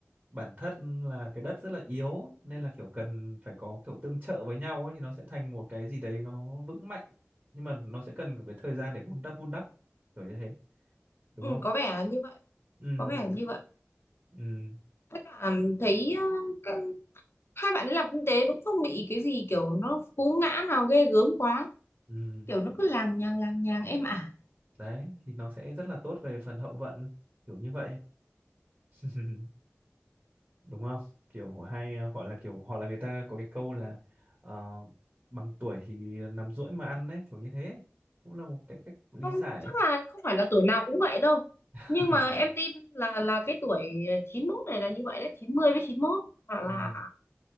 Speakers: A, on the right; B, on the left.
A: bản thân là cái đất rất là yếu nên là kiểu cần phải có kiểu tương trợ với nhau ấy thì nó sẽ thành một cái gì đấy nó vững mạnh nhưng mà nó sẽ cần một cái thời gian để vun đắp vun đắp kiểu như thế đúng
B: Ừ,
A: không
B: có vẻ là như vậy
A: ừ
B: có vẻ là như vậy
A: ừ
B: tất cả ừm, thấy ờ, các, hai bạn ấy làm kinh tế cũng không bị cái gì kiểu nó cú ngã nào ghê gớm quá
A: ừ ừ.
B: kiểu nó cứ làng nhàng làng nhàng êm ả
A: đấy thì nó sẽ rất là tốt về phần hậu vận kiểu như vậy <laughs> đúng không kiểu hay ờ, gọi là kiểu họ là người ta có cái câu là ờ, bằng tuổi thì nằm duỗi mà ăn đấy kiểu như thế cũng là một cái cách lý
B: không
A: giải
B: chắc là không phải là tuổi nào cũng vậy đâu
A: <laughs>
B: nhưng mà em
A: Kiểu,
B: tin là là cái tuổi chín mốt này là như vậy đấy chín mươi với 91 hoặc
A: ừ,
B: là